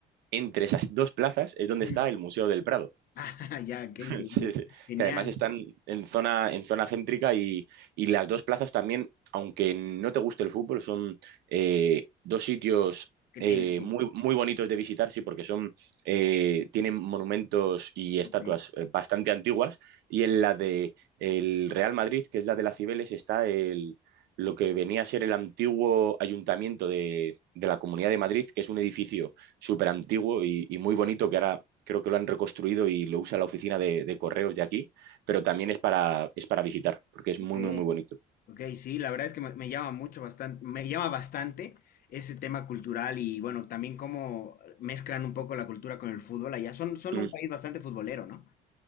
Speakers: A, on the right; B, on the left.
A: entre esas dos plazas es donde
B: Ujú.
A: está el Museo del Prado.
B: <laughs> Ah, ya, qué
A: <laughs>
B: increíble.
A: Sí, sí.
B: Genial.
A: Que además están en zona, en zona céntrica y, y las dos plazas también, aunque no te guste el fútbol, son eh, dos sitios
B: ¿Qué
A: eh,
B: tienes que?
A: muy, muy bonitos de visitar, sí, porque son, eh, tienen monumentos y
B: Ok,
A: estatuas eh, bastante antiguas. Y en la de el Real Madrid, que es la de las Cibeles, está el, lo que venía a ser el antiguo ayuntamiento de, de la Comunidad de Madrid, que es un edificio súper antiguo y, y muy bonito que ahora creo que lo han reconstruido y lo usa la oficina de, de correos de aquí, pero también es para, es para visitar, porque es
B: ok,
A: muy, muy, muy bonito.
B: ok. Sí, la verdad es que me, me llama mucho bastante, me llama bastante ese tema cultural y bueno, también cómo mezclan un poco la cultura con el fútbol allá. Son, son
A: Mm.
B: un país bastante futbolero, ¿no?